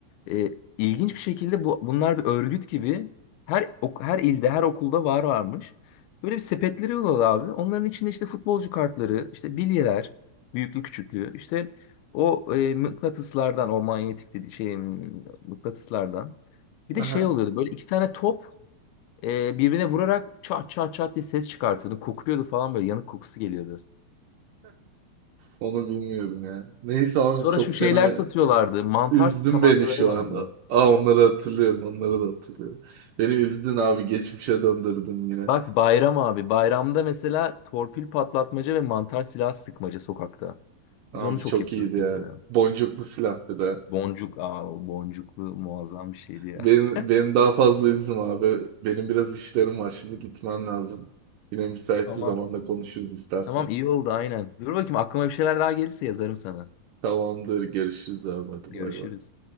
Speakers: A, on the left (about 85°); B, on the right (about 80°).
A: e, ilginç bir şekilde bu bunlar bir örgüt gibi her ok- her ilde, her okulda var varmış. Böyle bir sepetleri oluyordu abi. Onların içinde işte futbolcu kartları, işte bilyeler, büyüklü küçüklü, işte o e, mıknatıslardan, o manyetik dedi- şey mıknatıslardan. Bir de
B: Aha,
A: şey oluyordu böyle iki tane top e, birbirine vurarak çat çat çat diye ses çıkartıyordu. Kokuyordu falan böyle yanık kokusu geliyordu.
B: onu bilmiyorum ya. Neyse abi
A: Sonra
B: çok
A: şu
B: fena
A: şeyler satıyorlardı. Mantar
B: Üzdün
A: tabancaları
B: beni şu
A: vardı.
B: an. Aa, onları hatırlıyorum. Onları da hatırlıyorum. Beni üzdün abi. Geçmişe döndürdün yine.
A: Bak bayram abi. Bayramda mesela torpil patlatmaca ve mantar silah sıkmaca sokakta.
B: Abi
A: Biz onu çok
B: çok
A: yapıyorduk
B: iyiydi ya.
A: mesela.
B: Boncuklu silah bir de.
A: Boncuk. Aa, o boncuklu muazzam bir şeydi ya.
B: Benim,
A: <laughs>
B: benim daha fazla üzüm abi. Benim biraz işlerim var. Şimdi gitmem lazım. Yine müsait
A: Tamam.
B: bir zamanda konuşuruz istersen.
A: Tamam iyi oldu aynen. Dur bakayım aklıma bir şeyler daha gelirse yazarım sana.
B: Tamamdır. Görüşürüz abi. Hadi
A: Görüşürüz.
B: bay bay.